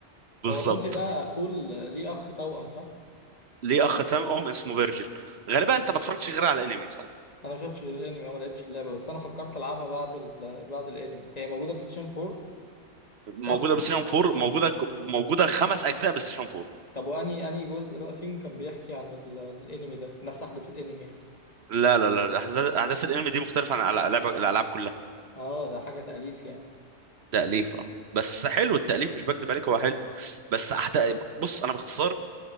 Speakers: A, on the right (about 65°); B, on the left (about 35°).
A: بالظبط
B: هو دانتي ده اخوه ال- ليه اخ توأم صح
A: ليه اخ تام ام اسمه فيرجل غالبا انت ما اتفرجتش غير على الانمي صح
B: انا ما شفتش غير الانمي أنا ما لعبتش اللعبه بس انا فكرت العبها بعد ال... بعد الانمي هي موجوده بلاي ستيشن 4 صح
A: موجوده بلاي ستيشن 4 موجوده موجوده خمس اجزاء بلاي ستيشن 4
B: طب واني اني جزء بقى فيهم كان بيحكي عن ال... الانمي ده نفس احداث الانمي يعني
A: لا لا لا احداث
B: ولا
A: أحداث الانمي دي مختلفه عن الع- العاب الالعاب كلها
B: اه ده حاجه تأليف يعني
A: تاليف اه بس حلو التاليف مش بكذب عليك هو حلو بس أحت... بص انا باختصار